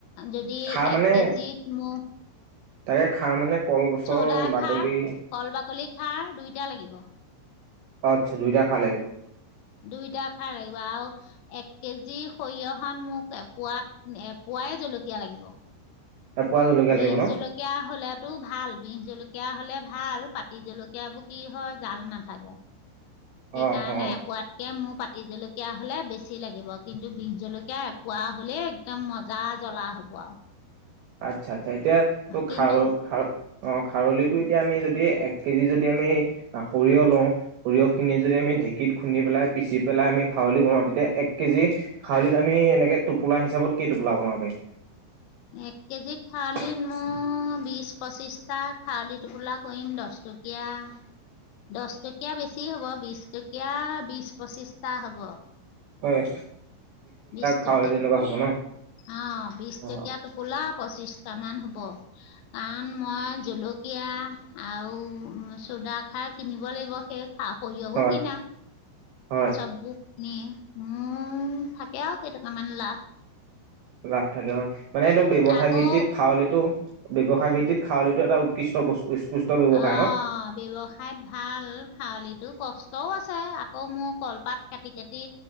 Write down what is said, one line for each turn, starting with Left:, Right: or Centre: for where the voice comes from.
Left: যদি
Right: খাৰ মানে
Left: এক কেজিত মোক
Right: তাকে খাৰ মানে কলগছৰ
Left: চৌদা
Right: বাকলি
Left: খাৰ, কল বাকলি খাৰ, দুইটা লাগিব।
Right: আচ্ছা, দুইটা খাৰ লাগিব।
Left: দুইটা খাৰ লাগিব আৰু এক কেজি সৰিয়হখন মোক এ- পোৱাত- এপোৱাই জলকীয়া লাগিব।
Right: এপোৱা জলকীয়া
Left: বিশ
Right: লাগিব ন
Left: জলকীয়া হ'লে টো ভাল বিহ জলকীয়া হ'লে ভাল। পাতি জলকীয়াবোৰ কি হয় জাল নাথাকে। সেইকাৰণে
Right: অ অ
Left: পোৱাতকে মোৰ পা এই জলকীয়া হ'লে বেছি লাগিব কিন্তু বিহ জলকীয়া এপোৱা হ'লেই একদম মজা জ্বলা হ'ব আৰু।
Right: আচ্ছা-আচ্ছা এতিয়া তোক
Left: কিন্তু
Right: খাৰ খ অ খাৰলিটো এতিয়া আমি যদি এক কেজি যদি আমি সৰিয়হ লওঁ, সৰিয়হখিনি যদি আমি ঢেঁকীত খুন্দি পেলাই পিচি পেলাই আমি খাৰলি বনাওঁ তেতিয়া এক কেজি খাৰলিত আমি এনেকে টোপোলা হিচাপত কি টোপোলা বনাব পাৰিম?
Left: এক কেজি খালি
Right: <inaudible>
Left: বিশ পঁচিছটা খাৰলি টোপোলা কৰিম দহ টকীয়া দহ টকীয়া বেছি ছ হ'ব বিশ টকীয়া বিছ পঁচিছটা হ'ব।
Right: হয়।
Left: বিশ টকীয়া
Right: খাৰলি তেনেকুৱা হ'ব ন
Left: অ বিশ
Right: অ
Left: টকীয়া টো পোলাম পঁচিছটামান হ'ব। কাৰণ মই জলকীয়া আৰু চৌদাখাৰ কিনিব লাগিব শেষ অ সৰিয়হবোৰো
Right: হয়
Left: কিনা
Right: হয়
Left: চাবু এ মোৰ থাকে আৰু কেইটকামান লাভ।
Right: ৰাখ। থাকে হয় মানে এইটো ব্যৱসায়
Left: আকৌ
Right: ভিত্তিত খাৱলিতটো ব্যৱসায় ভিত্তিত খাউলিটো এটা উৎকৃষ্ট বস্তু উৎকৃষ্ট ব্যৱসায়
Left: অ
Right: ন
Left: ব্যৱসায়ত ভাল। খাৱলিত কষ্টও আছে। আকৌ মোৰ কলপাত কাটি কাটি